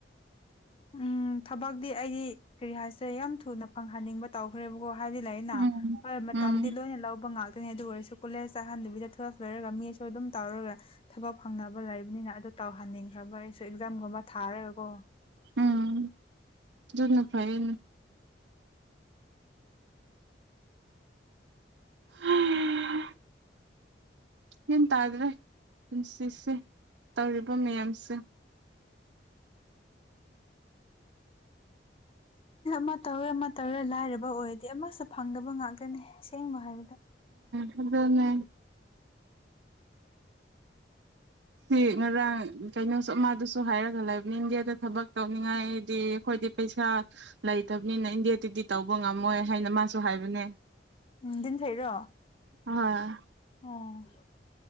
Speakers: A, on the left; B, on the right.
A: ꯎꯝ ꯊꯕꯛꯇꯤ ꯑꯩꯗꯤ ꯀꯔꯤ ꯍꯥꯏꯁꯦ ꯌꯥꯝ ꯊꯨꯅ ꯐꯪꯍꯟꯅꯤꯡꯕ ꯇꯧꯈ꯭ꯔꯦꯕꯀꯣ ꯍꯥꯏꯕ ꯂꯩ ꯑꯩꯅ
B: ꯎꯝ
A: ꯍꯣꯏ ꯃꯇꯝꯗꯤ
B: ꯎꯝ
A: ꯂꯣꯏꯅ ꯂꯧꯕ ꯉ ꯅꯤ ꯑꯗꯨ ꯑꯣꯏꯔꯁꯨ ꯀꯣꯂꯦꯖ ꯆꯥꯍꯟꯕꯤꯗ ꯇꯨꯋꯦꯜꯞ ꯂꯔꯒ ꯃꯤꯁꯨ ꯑꯗꯨꯝ ꯇꯧꯔꯒ ꯊꯕꯛ ꯐꯪꯅꯕ ꯂꯩꯕꯅꯤꯅ ꯑꯗꯨ ꯇꯧꯍꯟꯅꯤꯡꯈ꯭ꯔꯕ ꯑꯩꯁꯨ ꯑꯦꯛꯖꯥꯝꯒꯨꯝꯕ ꯊꯥꯔꯦꯕꯀꯣ
B: ꯎꯝ ꯠꯅ ꯐꯥꯏꯅ ꯎ ꯒ꯭ꯌꯥꯟ ꯇꯥꯗ꯭ꯔꯦ ꯄꯨꯟꯁꯤꯁꯦ ꯇꯧꯔꯤꯕ ꯃꯌꯥꯝꯁꯦ
A: ꯃꯧꯔꯦ ꯃ ꯇꯧꯔ ꯂꯥꯏꯔꯕ ꯑꯣꯏꯔꯗꯤ ꯑꯃꯁꯨ ꯐꯪꯗꯕ ꯉꯥꯛꯇꯅꯤ ꯁꯦꯡꯕ ꯍꯥꯏꯕꯗ
B: ꯑꯗꯨꯗꯅ ꯁꯤ ꯉꯔꯥꯡ ꯀꯩꯅꯣꯁꯨ ꯃꯥꯗꯨꯁꯨ ꯍꯥꯏꯔꯒ ꯂꯩꯕꯅꯤ ꯏꯟꯗꯤꯌꯥꯗ ꯊꯕꯛ ꯇꯧꯅꯤꯡꯉꯥꯏꯗꯤ ꯑꯩꯈꯣꯏ ꯗꯤ ꯄꯩꯁꯥ ꯂꯩꯇꯕꯅꯤꯅ ꯏꯟꯗꯤꯦꯌꯥꯗꯗꯤ ꯇꯧꯕ ꯉꯝꯃꯣꯏ ꯍꯥꯏꯅ ꯃꯥꯁꯨ ꯍꯥꯏꯕꯅꯦ
A: ꯎꯝꯗꯤꯝꯐꯩꯔꯣ
B: ꯍꯣꯏ
A: ꯑꯣ